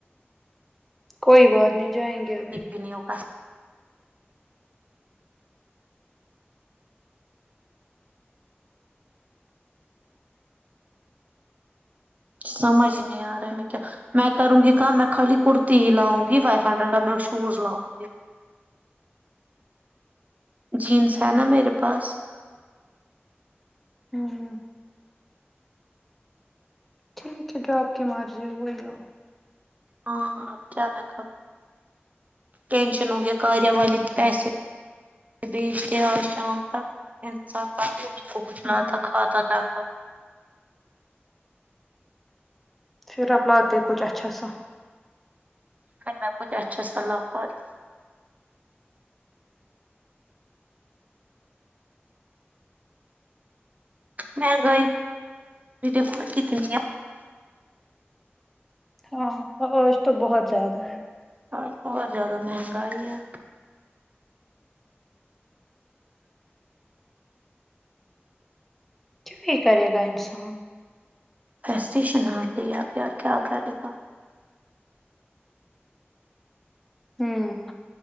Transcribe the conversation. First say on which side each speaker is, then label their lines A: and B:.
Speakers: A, in the centre; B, on the right.
A: کوئی بات نہیں جائیں گے ابھی
B: ابھی نہیں ہوگا سمجھ نہیں ارا میں کیا میں کروں گی کام میں خالی کرتی ہی لاؤں گی فائیو ہنڈریڈ کا میں شوز لاؤں گی جینز
A: ہوں
B: ہے نا میرے پاس
A: ہوں ٹھیک ہے جو آپ کی مرضی ہو وہی لاؤ
B: ہاں اب کیا میں کروں ٹینشن ہو گیا کاریا والے پیسے بھیج دیں آج شام تک انسان کافی لوگوں کو بتلاتا
A: ہوں
B: کھاتا شام تک
A: پھراپ لاتے کچھ اچھا سا
B: پھر میں کچھ اچھا سا لا پاتی میں گئی پھر دیکھو آج کتنی ہے
A: ہاں ہوو آج تو بہت زیادہ ہے
B: اور بہت زیادہ مہنگائی ہے
A: کیوں ہی کرے گا انسان
B: فرسٹیشن آ گئی ہے اب یار کیا کرے گا
A: ہوں